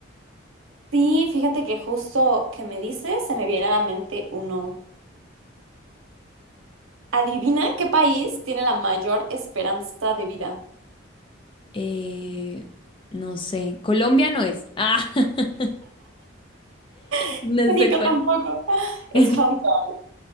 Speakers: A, on the right; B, on the left.
A: Sí, fíjate que justo que me dices, se me viene a la mente uno. Adivina qué país tiene la mayor esperanza de vida.
B: Eh, no sé. Colombia no es. Ah, <laughs>
A: <laughs>
B: no
A: México
B: sé cuál.
A: tampoco. Es
B: <laughs>
A: Hong Kong.